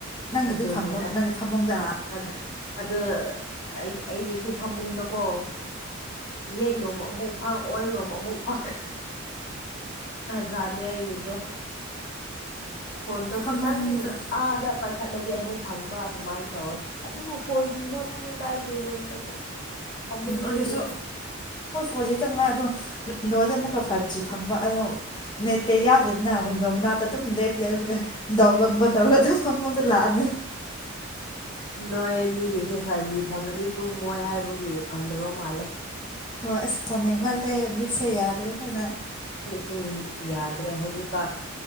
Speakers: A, on the left; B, on the left.
A: ꯅꯪꯒꯤꯗꯤ
B: ꯑꯗꯨꯅꯦ
A: ꯐꯪꯕ꯭ꯔꯣ
B: ꯑꯁ
A: ꯅꯪꯒꯤ ꯐꯃꯨꯡꯗ
B: ꯑꯣ ꯑꯩ ꯑꯩꯒꯤꯁꯨ ꯐꯃꯨꯡꯗ ꯀꯣ ꯌꯦꯠꯂꯣꯝ ꯑꯃꯨꯛ ꯐꯪ ꯑꯣꯏꯔꯣꯝ ꯑꯃꯨꯛ ꯐꯪ ꯖꯥꯅꯦꯦ ꯍꯥꯏꯒꯗꯣ ꯐꯣꯟꯗꯣ
A: ꯐꯃꯨꯡꯗ
B: ꯈꯤꯇꯪ ꯑꯥꯗ ꯄꯥꯏꯈꯠꯂꯗꯤ ꯑꯃꯨꯛ ꯐꯪꯕ ꯑꯗꯨꯃꯥꯏꯅ ꯇꯧꯋꯦ ꯑꯗꯨꯕꯨ ꯐꯣꯔ ꯖꯤ ꯈꯛꯇꯅꯤꯗ ꯑꯩꯒꯤ ꯔꯨꯝꯗ ꯑꯗꯨꯝ ꯐꯃꯨꯡꯗꯗꯤ
A: ꯑꯣꯏꯁꯨ ꯃꯖꯤ ꯈꯤꯥꯏ ꯑꯗꯣ ꯋꯤꯟꯗꯣꯗ ꯑꯃꯨꯛꯀ ꯐꯥꯏꯚ ꯖꯤ ꯐꯪꯕ ꯑ ꯅꯦꯠꯄꯦ ꯌꯥꯎꯗ꯭ꯔꯗꯅ ꯋꯤꯟꯗꯣ ꯃꯅꯥꯛꯇ ꯑꯗꯨꯝ ꯂꯦꯞ ꯂꯦꯞꯒ ꯗꯥꯎ ꯂꯣꯒꯨꯝꯕ ꯇꯧꯔꯒ ꯑꯗꯨꯝ ꯐꯃꯨꯡꯗ ꯂꯥꯛꯑꯅꯤ
B: ꯅꯣꯏꯅꯤꯒꯤꯁꯦ ꯐꯥꯏꯚ ꯖꯤ ꯐꯪꯒꯅꯤ ꯇꯨꯡꯃꯣꯏ ꯍꯥꯏꯕꯒꯤ ꯐꯪꯗꯕ ꯃꯥꯜꯂꯦ
A: ꯍꯣꯏ ꯑꯁ ꯐꯣꯟ ꯌꯦꯡꯃꯜꯂꯦ ꯃꯤꯠꯁꯦ ꯌꯥꯗ꯭ꯔꯦ ꯍꯥꯏꯅ
B: ꯁ ꯌꯥꯗ꯭ꯔꯦ ꯍꯧꯖꯤꯛꯀ